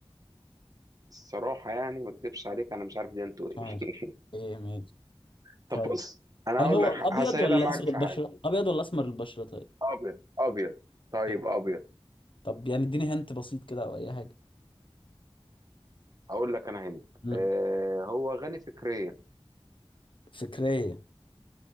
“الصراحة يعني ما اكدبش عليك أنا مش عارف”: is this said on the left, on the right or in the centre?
Right